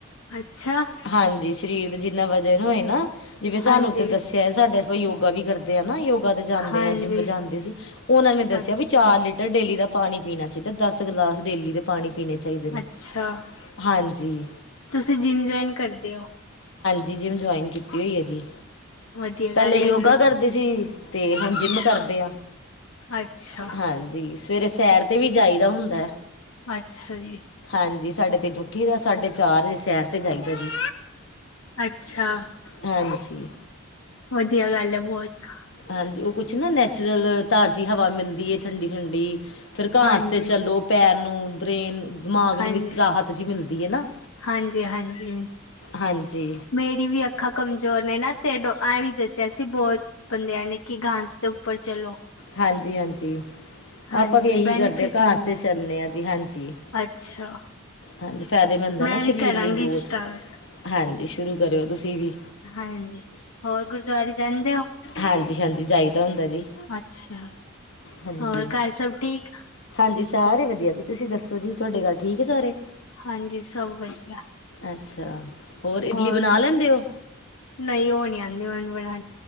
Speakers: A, on the left; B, on the left.
A: ਅੱਛਾ।
B: ਹਾਂਜੀ ਸਰੀਰ ਜਿੰਨਾ ਵਜਨ ਹੋਏ ਨਾ, ਜਿਵੇਂ ਸਾਨੂੰ
A: ਹਾਂਜੀ
B: ਤੇ ਦੱਸਿਆ ਹੈ ਸਾਡੇ ਆਪ ਆਪਾਂ ਯੋਗਾ ਵੀ ਕਰਦੇ ਆ ਨਾ ਯੋ ਕਦੇ ਜਾਂਦੇ
A: ਹਾਂਜੀ
B: ਆ ਜਿੰਮ ਜਾਂਦੇ ਸੀ, ਉਹਨਾਂ ਨੇ ਦੱਸਿਆ
A: ਅੱਛਾ
B: ਵੀ ਚਾਰ ਲੀਟਰ ਡੇਲੀ ਲੀ ਦਾ ਪਾਣੀ ਪੀਣਾ ਚਾਹੀਦਾ, ਏ ਦਸ ਗਲਾਸ ਡੇਲੀ ਦਾ ਪਾਣੀ ਪੀਣੇ ਚਾਹੀਦੇ ਨੇ
A: ਅੱਛਾ
B: ਹਾਂਜੀ-ਹਾਂਜੀ।
A: ਤੁਸੀਂ ਜਿੰਮ ਜੁਆਇਨ ਕਰਦੇ ਹੋ
B: ਜੀ ਜਿਮ ਜੁਆਇਨ ਕੀਤੀ ਹੋਈ ਹੈ ਜੀ।
A: ਵਧੀਆ
B: ਪਹਿਲੇ
A: ਗੱਲ
B: ਯੋਗਾ
A: ਹੈ ਫਿਰ
B: ਕਰਦੇ ਸੀ, ਤੇ ਹੁਣ ਜਿੰਮ ਕਰਦੇ ਆ।
A: ਅੱਛਾ।
B: ਹਾਂਜੀ ਸਵੇਰੇ ਸੈਰ ਤੇ ਵੀ ਜਾਈਦਾ ਹੁੰਦਾ ਐ।
A: ਅੱਛਾ ਜੀ।
B: ਹਾਂਜੀ, ਸਾਡੇ ਤਿੰਨ ਉੱਠੀ ਦਾ ਸਾਡੇ ਚਾਰ ਵਜੇ ਸੈਰ ਤੇ ਜਾਈਦਾ ਜੀ,
A: ਅੱਛਾ
B: ਹਾਂਜੀ।
A: ਵਧੀਆ ਗੱਲ ਹੈ, ਬਹੁਤ।
B: ਹਾਂਜੀ ਉਹ ਕੁਛ ਨਾ ਨੈਚੁਰਲ ਤਾਜ਼ੀ ਹਵਾ ਮਿਲਦੀ ਹੈ ਠੰਡੀ-ਠੰਡੀ, ਫਿਰ ਘਾਸ
A: ਹਾਂਜੀ
B: ਤੇ ਚਲੋ ਪੈਰ ਨੂੰ ਬ੍ਰੇਨ ਦਿਮਾਗ
A: ਹਾਂਜੀ
B: ਨੂੰ ਵੀ ਰਾਹਤ ਜਿਹੀ ਮਿਲਦੀ ਹੈ ਨਾ।
A: ਹਾਂਜੀ ਹਾਂਜੀ
B: ਹਾਂਜੀ
A: ਮੇਰੀ ਵੀ ਅੱਖਾਂ ਕਮਜ਼ੋਰ ਨੇ ਨਾ ਤੇ ਡ ਆ ਵੀ ਦੱਸਿਆ ਸੀ, ਬਹੁਤ ਬੰਦਿਆਂ ਨੇ ਕਿ ਘਾਸ ਦੇ ਉੱਪਰ ਚਲੋ।
B: ਹਾਂਜੀ-ਹਾਂਜੀ,
A: ਹਾਂਜੀ
B: ਆਪਾਂ ਵੀ ਇਹੀ
A: ਬੈਨੀਫਿਟ
B: ਕਰਦੇ ਹਾਂ ਘਾਸ
A: ਹੁੰਦਾ
B: ਤੇ ਚੱਲਣੇ
A: ਹੈ
B: ਹਾਂ ਜੀ ਹਾਂਜੀ।
A: ਅੱਛਾ,
B: ਹਾਂਜੀ ਫਾਇਦੇਮੰਦ
A: ਮੈਂ
B: ਨਾ
A: ਵੀ
B: ਸਰੀਰ
A: ਕਰਾਂਗੀ
B: ਲਈ ਬਹੁਤ
A: ਸਟਾਰਟ
B: ਹਾਂਜੀ, ਸ਼ੁਰੂ ਕਰਿਓ ਤੁਸੀਂ ਵੀ,
A: ਹਾਂਜੀ, ਹੋਰ ਗੁਰਦੁਆਰੇ ਜਾਂਦੇ ਔ?
B: ਹਾਂਜੀ ਹਾਂਜੀ ਜਾਈਦਾ ਹੁੰਦਾ ਜੀ
A: ਅੱਛਾ,
B: ਹਾਂਜੀ
A: ਹੋਰ ਘਰ ਸਭ ਠੀਕ?
B: ਹਾਂਜੀ ਸਾਰੇ ਵਧੀਆ ਜੀ ਤੁਸੀਂ ਦੱਸੋ ਜੀ ਤੁਹਾਡੇ ਗੱਲ ਠੀਕ ਹੈ ਸਾਰੇ।
A: ਹਾਂਜੀ ਸਭ ਵਧੀਆ,
B: ਅੱਛਾ, ਇਡਲੀ
A: ਹੋਰ,
B: ਬਣਾ ਲੈਂਦੇ ਹੋ
A: ਨਹੀਂ ਉਹ ਨੀ ਆਦੀ ਮੈਨੂੰ ਬਣਾ